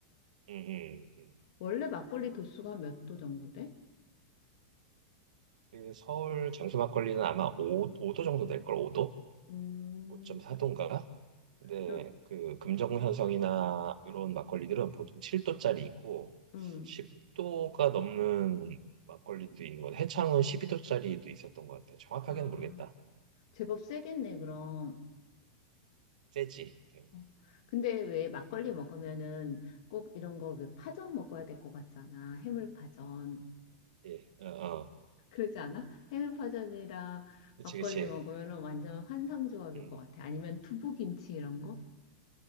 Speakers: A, on the right; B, on the left.
A: 음, 음, 음.
B: 원래 막걸리 도수가 몇 도 정도 돼?
A: 그 서울 장수 막걸리는 아마 5, 오도 정도 될 걸, 5도?
B: 음.
A: 5.4도인가? 근데
B: 그럼,
A: 그 금정현성이나 이런 막걸리들은 보통 7도짜리 있고
B: 음,
A: 10도가 넘는 막걸리도 있는 것 같아. 해창은 12도짜리도 있었던 것 같아. 정확하게는
B: 아,
A: 모르겠다.
B: 제법 세겠네, 그럼.
A: 음, 세지. 음,
B: 어. 근데 왜 막걸리 먹으면은 꼭 이런 거 왜 파전 먹어야 될 것 같잖아. 해물파전.
A: 예, 어, 어.
B: 그러지 않아? 해물파전이랑
A: 그치,
B: 막걸리
A: 그치.
B: 먹으면은 완전 환상조합일
A: 음,
B: 것 같아. 아니면 두부김치 이런 거?